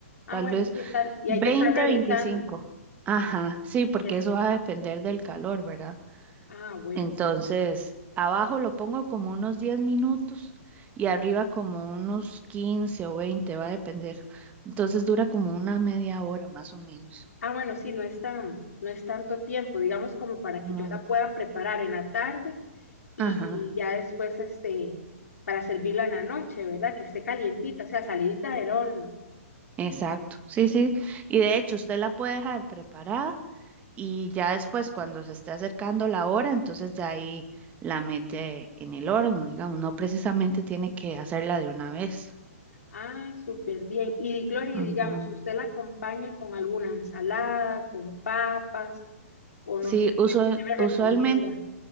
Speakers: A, on the left; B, on the right.
A: Ah,
B: Tal
A: bueno,
B: vez
A: sí, está, y
B: 20,
A: hay que estar revisando.
B: 25. Ajá, sí, porque
A: que-
B: eso va a depender del calor, ¿verdad?
A: ah, bueno.
B: Entonces, abajo lo pongo como unos 10 minutos y arriba como unos 15 o 20, va a depender. Entonces dura como una media hora más o menos.
A: Ah, bueno, sí, no es tan, no es tanto tiempo, digamos como para que
B: No.
A: yo la pueda preparar en la tarde y,
B: Ajá,
A: y ya después, este, para servirla en la noche, ¿verdad? Que esté calientita, o sea, salidita del horno.
B: exacto. Sí, sí. Y de hecho, usted la puede dejar preparada y ya después, cuando se esté acercando la hora, entonces ya ahí la mete en el horno, digamos, no precisamente tiene que hacerla de una vez.
A: Ay, súper bien. Y Glory,
B: Ujú.
A: digamos, ¿usted la acompaña con alguna ensalada, con papas, o no
B: Sí,
A: sé
B: usual-
A: qué, qué me recomienda?
B: usualmente,